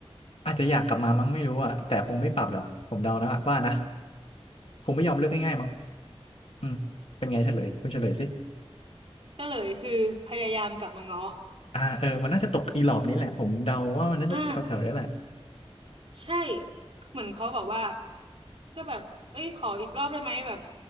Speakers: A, on the left; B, on the right.
A: อาจจะอยากกลับมามั้งไม่รู้อ่ะแต่คงไม่ปรับหรอกผมเดานะว่านะคงไม่ยอมเลิกง่ายๆมั้งอืมเป็นไงเฉลยคุณเฉลยสิ
B: ก็เลยคือพยายามกลับมาง้อ
A: อ่าเออมันน่าจะตกอีหลอบนี้แหละผมเดาว่ามันน่าจะแถวแถวนี้แหละ
B: อ่า ใช่เหมือนเขาบอกว่าก็แบบเอ้ยขออีกรอบได้ไหมแบบ